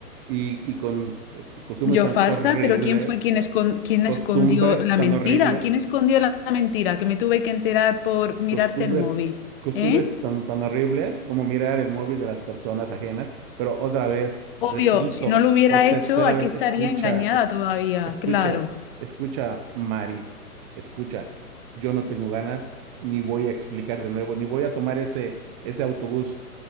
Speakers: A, on the right; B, on the left.
A: y, y con eh, costumbres
B: Yo
A: tan
B: falsa,
A: horribles,
B: pero ¿quién fue quien, escon- quien
A: costumbres
B: escondió la
A: tan
B: mentira?
A: horribles.
B: ¿Quién escondió la la mentira? Que me tuve que enterar por mirarte
A: costumbres,
B: el móvil.
A: costumbres
B: ¿Eh?
A: tan, tan horribles como mirar el móvil de las personas ajenas, pero otra vez,
B: Obvio,
A: repito,
B: si no lo hubiera
A: por tercera
B: hecho, aquí
A: vez,
B: estaría
A: escucha,
B: engañada
A: es-
B: todavía,
A: escucha,
B: claro.
A: escucha, Mari, escucha, yo no tengo ganas, ni voy a explicar de nuevo, ni voy a tomar ese, ese autobús